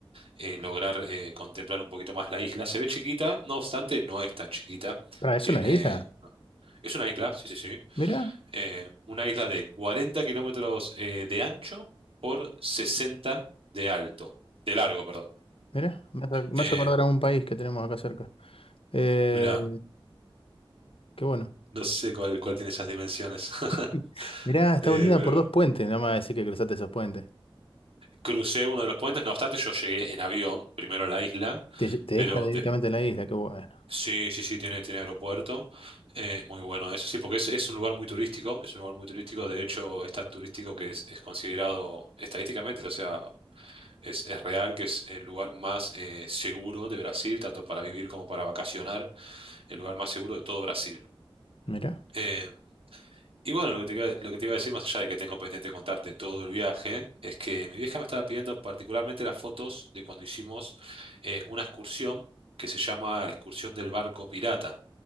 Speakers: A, on the right; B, on the left.
A: eh, lograr eh, contemplar un poquito más la isla. Se ve chiquita, no obstante, no es tan chiquita.
B: Para, ¿es
A: Tiene,
B: una isla?
A: es una isla, sí, sí, sí
B: Mirá,
A: eh, una isla de 40 kilómetros eh, de ancho por 60 de alto, de largo, perdón.
B: mirá. Me hace me
A: Eh,
B: hace acordar a un país que tenemos acá cerca. Eh,
A: mira,
B: qué bueno.
A: no sé cuál, cuál tiene esas dimensiones. <laughs>
B: <laughs> Mirá, está
A: Eh,
B: unida
A: pero
B: por
A: bueno,
B: dos puentes. No me vas a decir que cruzaste esos puentes.
A: crucé uno de los puentes, no obstante yo llegué en avión primero a la isla,
B: Te, lle- te
A: pero
B: deja directamente
A: de-
B: en la isla. Qué bueno.
A: sí, sí, sí, tiene, tiene aeropuerto, eh, muy bueno eso, sí, porque es, es un lugar muy turístico, es un lugar muy turístico, de hecho es tan turístico que es, es considerado estadísticamente, o sea, Es, es real que es el lugar más eh, seguro de Brasil, tanto para vivir como para vacacionar, el lugar más seguro de todo Brasil.
B: Mirá.
A: Eh, y bueno, lo que te, iba- lo que te iba a decir, más allá de que tengo pendiente contarte todo el viaje, es que mi vieja me estaba pidiendo particularmente las fotos de cuando hicimos eh, una excursión que se llama la excursión del barco pirata.